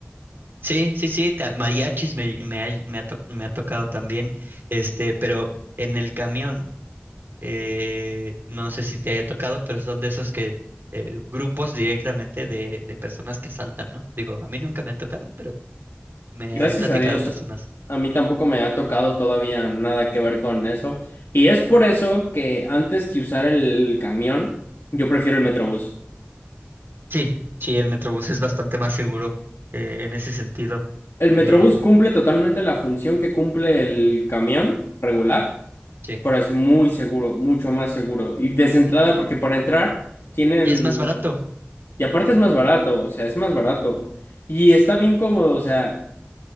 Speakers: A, on the right; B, on the left.
A: Sí, sí, sí, ta- mariachis me, me ha, me ha to- me ha tocado también, este, pero en el camión, eh, no sé si te haya tocado, pero son de esos que eh, grupos directamente de, de personas que asaltan, ¿no? Digo, a mí nunca me ha tocado, pero me
B: Gracias
A: han platicado
B: a Dios,
A: personas.
B: a mí tampoco me ha tocado todavía nada que ver con eso. Y es por eso que antes que usar el camión, yo prefiero el metrobús.
A: Sí, sí, el Metrobús es bastante más seguro eh, en ese sentido,
B: El metrobús
A: eh,
B: cumple totalmente la función que cumple el camión regular,
A: sí.
B: pero es muy seguro, mucho más seguro. Y desentrada porque para entrar tienen
A: Y es más barato,
B: Y aparte es más barato, o sea, es más barato. Y está bien cómodo, o sea,